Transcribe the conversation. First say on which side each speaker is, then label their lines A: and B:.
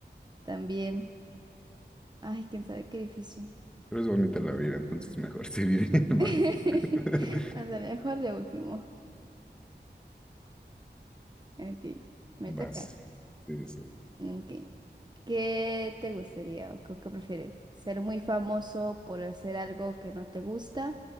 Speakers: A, on the right; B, in the centre.
A: También. Ay, quién sabe qué difícil.
B: Pero es bonita la vida, entonces mejor sí vivir más.
A: <laughs>
B: <laughs>
A: Ándale, mejor de último. Ok, me
B: más
A: toca.
B: Sí, sí, sí.
A: Ok. ¿Qué te gustaría o qué, qué prefieres? ¿Ser muy famoso por hacer algo que no te gusta